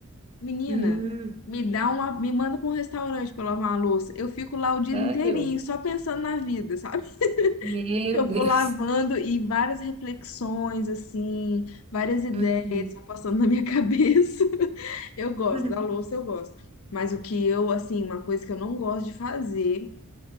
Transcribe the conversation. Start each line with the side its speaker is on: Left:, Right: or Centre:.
Left: Menina,
Right: Hum,
Left: me dá uma, me manda para um restaurante para lavar uma louça. Eu fico lá o dia
Right: sério?
Left: inteirinho só pensando na vida, sabe? <laughs>
Right: Meu
Left: Eu
Right: Deus.
Left: vou lavando e várias reflexões assim, várias ideias
Right: Uhum.
Left: vão passando na minha cabeça. <laughs> Eu gosto
Right: <laughs>
Left: da louça, eu gosto. Mas o que eu, assim, uma coisa que eu não gosto de fazer